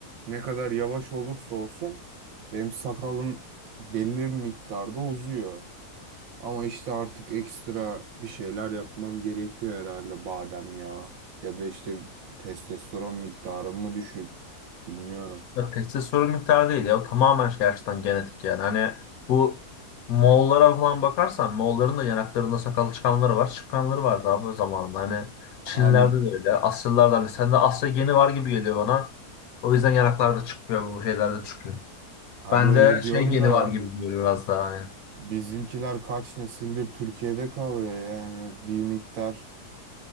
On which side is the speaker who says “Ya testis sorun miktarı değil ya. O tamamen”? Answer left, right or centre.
Left